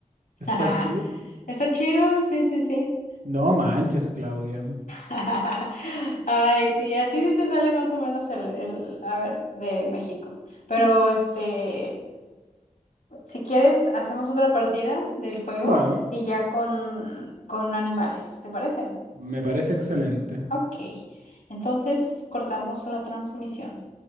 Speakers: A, on the right; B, on the left.
A: ¿Está
B: <laughs>
A: chido?
B: Está chido, sí, sí, sí.
A: No manches, Claudia.
B: <laughs> Ay, sí, a ti sí te sale más o menos el, el, a ver, de México. Pero este, si quieres, hacemos otra partida del juego
A: Bueno,
B: y ya con, con animales, ¿te parece?
A: me parece excelente.
B: Ok, entonces cortamos la transmisión.